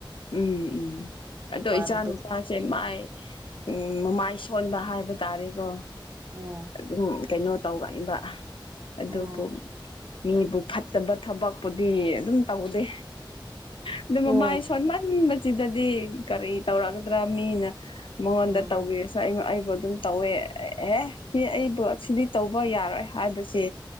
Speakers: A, on the left; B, on the right.
A: ꯎꯝ ꯎꯝ ꯑꯗꯣ
B: ꯃꯃꯥꯟꯅꯕꯗ
A: ꯏꯆꯥ ꯅꯨꯨꯄꯥꯁꯦ ꯃꯥꯏ ꯎꯝ ꯃꯃꯥꯏ ꯁꯣꯟꯕ ꯍꯥꯏꯕ ꯇꯥꯔꯦꯀꯣ
B: ꯑꯣ
A: ꯑꯗꯨꯝ ꯀꯩꯅꯣ ꯇꯧꯒꯟꯕ ꯑꯗꯨꯕꯨ
B: ꯑꯣ
A: ꯃꯤꯕꯨ ꯐꯠꯇꯕ ꯊꯕꯛꯄꯨꯗꯤ ꯑꯗꯨꯝ ꯇꯧꯗꯦ ꯑꯗꯨ
B: ꯑꯣ
A: ꯃꯃꯥꯏ ꯈꯟꯕꯁꯤꯗꯗꯤ ꯀꯔꯤ ꯇꯧꯔꯛꯒꯗ꯭ꯔꯥ ꯃꯤꯅ ꯃꯉꯣꯟꯗ
B: ꯎꯝ
A: ꯇꯧꯕꯤꯔꯁꯨ ꯑꯗꯨꯝ ꯇꯧꯋꯦ ꯑꯦ ꯁꯤ ꯑꯩꯕꯨ ꯁꯤꯗꯤ ꯇꯧꯕ ꯌꯥꯔꯣꯏ ꯍꯥꯏꯕꯁꯦ